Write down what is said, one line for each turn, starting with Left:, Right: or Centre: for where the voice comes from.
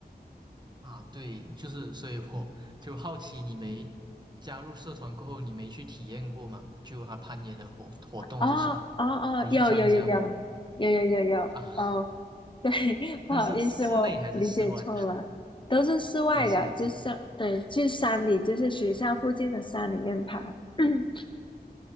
Right: 啊，对，就是所以我就好奇，你没加入社团过后，你没去体验过吗？就他攀岩的活活动这些，
Left: 哦哦哦，
Right: 没去参加吗？
Left: 有有有有有有有有哦，
Right: 啊，
Left: 对，<laughs> 不好意思，
Right: 那是室内还是室外？
Left: 我理解错了，都是室外的，
Right: 没事没事。
Left: 就是对，去山里，就是学校附近的山里面爬。<clears throat>